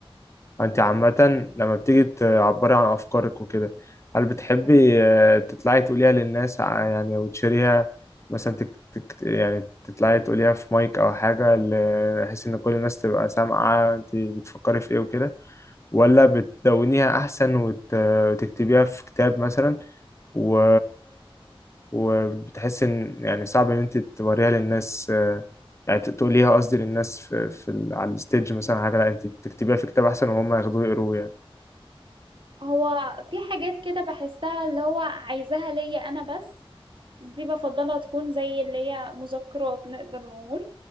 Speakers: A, on the left; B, on the right.
A: انت
B: مم.
A: عامة لما بتيجي تعبري عن افكارك وكده هل بتحبي آه، تطلعي تقوليها للناس ع- يعني او تشيريها مثلا تك تك يعني تطلعي تقوليها في مايك او حاجة ل- بحيث ان كل الناس تبقى سامعة انت بتفكري في ايه وكده ولا بتدونيها أحسن وت... وتكتبيها في كتاب مثلا و... وبتحس إن يعني صعب إن أنت توريها للناس آه، يعني ت- تقوليها قصدي للناس في, في ال... على الستيج مثلا حاجة لا أنت تكتبيها في كتاب أحسن وهم ياخدوه يقروه يعني
B: هو في حاجات كده بحسها اللي هو عايزاها ليا انا بس دي بفضلها تكون زي اللي هي مذكرات نقدر نقول